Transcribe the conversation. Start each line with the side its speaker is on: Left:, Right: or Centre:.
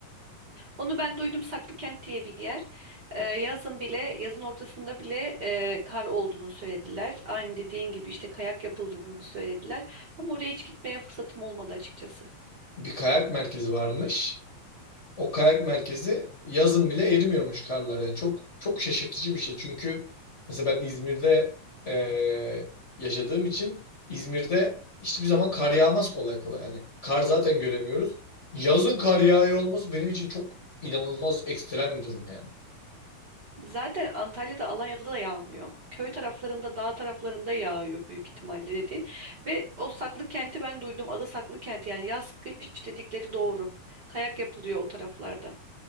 Right: Onu ben duydum Saklıkent diye bir yer. Ee, yazın bile, yazın ortasında bile e, kar olduğunu söylediler. Aynı dediğin gibi işte kayak yapıldığını söylediler. Ama oraya hiç gitmeye fırsatım olmadı açıkçası.
Left: Bir kayak merkezi varmış. O kayak merkezi yazın bile erimiyormuş karlar. Yani çok çok şaşırtıcı bir şey. Çünkü mesela ben İzmir'de eee, yaşadığım için İzmir'de hiçbir zaman kar yağmaz kolay kolay. Yani kar zaten göremiyoruz. Yazın kar yağıyor olması benim için çok inanılmaz ekstrem bir durum yani.
Right: Zaten Antalya'da, Alanya'da da yağmıyor. Köy taraflarında, dağ taraflarında yağıyor büyük ihtimalle dediğin. Ve o Saklıkent'i ben duydum. Adı Saklıkent yani yaz kış dedikleri doğru. Kayak yapılıyor o taraflarda.